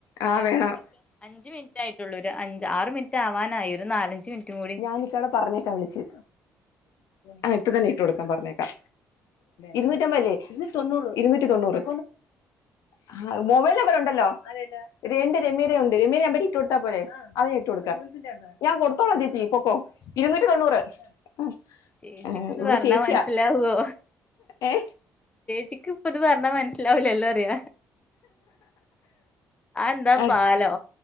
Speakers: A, on the left; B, on the left.
A: ആഹ്
B: എത്ര
A: വേണം
B: മിനിറ്റ് അഞ്ച്മി നിറ്റ് ആയിട്ടുള്ള ഒരു അഞ്ച് ആറ് മിനിറ്റ് ആവാനായി ഒരു നാലഞ്ച് മിനിറ്റും കൂടി
A: ഞാൻ ഇക്കാടെ പറഞ്ഞേക്ക വിളിച്ച് ആഹ് ഇപ്പത്തന്നെ ഇട്ട് കൊടുക്കൻ പറഞ്ഞേക്കാ ഇരുന്നൂറ്റമ്പത്ല്ലേ ഇരുനൂറ്റി തൊണ്ണൂറ് ഇരുന്നൂറ്റി തൊണ്ണൂറ് ആഹ് മൊബൈൽ നമ്പർ ഉണ്ടല്ലോ രേന്റെ രമ്യര ഉണ്ട് രമ്യ നമ്പർ ഇട്ട് കൊടുത്താ പോരെ അത് ഇട്ട്കൊടുക്ക ഞാൻ കൊടുത്തോളാം ചേച്ചി പൊക്കോ ഇരുന്നൂറ്റി തൊണ്ണൂറ് ഉം.
B: ചേച്ചിക്ക്
A: ഏ,
B: ഇത്
A: ഇവിടെ
B: പറഞ്ഞാ
A: ചേച്ചിയാ
B: മനസ്സിലാവുവോ
A: ഏ
B: ചേിക്ക് ഇപ്പൊ ഇത് പറഞ്ഞാ മനസിലാവില്ലല്ലോറിയ എന്താ
A: അത്
B: പാലോ